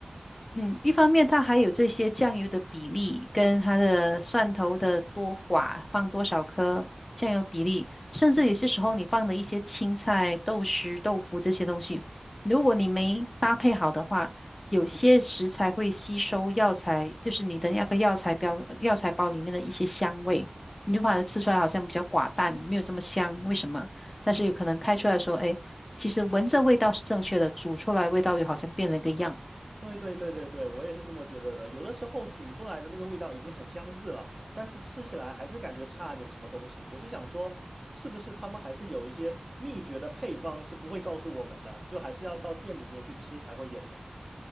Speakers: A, on the left; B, on the right.
A: 嗯，一方面它还有这些酱油的比例，跟它的蒜头的多寡，放多少颗酱油比例，甚至有些时候你放的一些青菜、豆豉、豆腐这些东西，如果你没搭配好的话，有些食材会吸收药材，就是你的那个药材标药材包里面的一些香味，你就反而吃出来好像比较寡淡，没有这么香，为什么？但是有可能开出来说，哎，其实闻着味道是正确的，煮出来味道又好像变了一个样。
B: 对对对对对，我也是这么觉得的。有的时候煮出来的那个味道已经很相似了，但是吃起来还是感觉差了点什么东西。我就想说，是不是他们还是有一些秘诀的配方是不会告诉我们的，就还是要到店里面去吃才会有的，